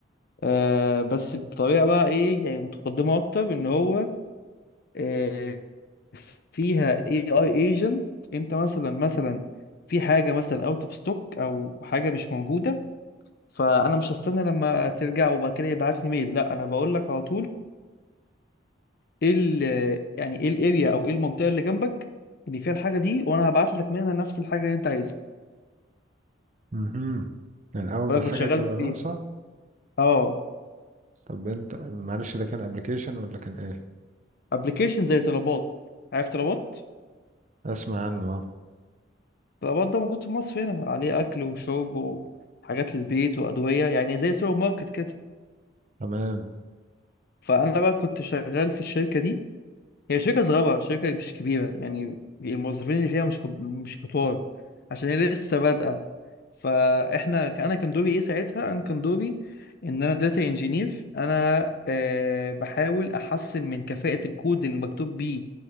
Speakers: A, on the left; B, on the right.
A: آه بس بطريقة بقى ايه يعني متقدمة اكتر ان هو آه، فيها AI agent انت مثلا مثلا في حاجة مثلا اوت اوف ستوك او حاجة مش موجودة فانا مش هستنى لما ترجع وبعد كده يبعت لي ميل لا انا بقول لك على طول ايه ال يعني ايه الاريا او ايه المنطقة اللي جنبك اللي فيها الحاجة دي وانا هبعت لك منها نفس الحاجة اللي انت عايزها
B: امم يعني اول
A: وانا
B: ما الحاجة
A: كنت شغال
B: تبقى
A: فيه
B: ناقصة
A: اه
B: طب انت معلش ده كان ابلكيشن ولا كان ايه؟
A: ابلكيشن زي طلبات عارف طلبات
B: اسمع عنه اه
A: طلبات ده موجود في مصر هنا عليه اكل وشرب وحاجات للبيت وادوية يعني زي سوبر ماركت كده
B: تمام
A: فانا بقى كنت شغال في الشركة دي هي شركة صغيرة شركة مش كبيرة يعني الموظفين اللي فيها مش كب- مش كتار عشان هي لسه بادئة فاحنا انا كان دوري ايه ساعتها انا كان دوري ان انا داتا انجينير انا أه بحاول احسن من كفاءة الكود اللي مكتوب بيه